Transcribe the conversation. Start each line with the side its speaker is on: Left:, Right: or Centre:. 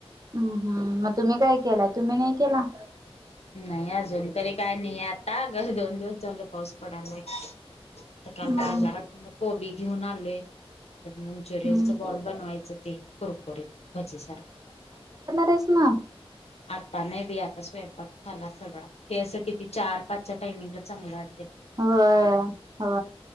Right: हम्म हम्म मग तुम्ही काय केलाय तुम्ही नाही केला.
Left: नाही अजून तरी काय नाही आता दोन दिवस झालं पाऊस पडायला ये. तर
Right: हम्म
Left: काल आजारात कोबी घेऊन आलोय त्या मंचुरियनच
Right: हम्म.
Left: बॉल बनवायचं ते कुरकुरीत भजी सारखं
Right: रेशमा
Left: आत्ता नाही बी आता स्वयंपाक झाला सगळं ते असं किती चार पाचच्या टाइमिंगला चांगलं वाट
Right: होय हो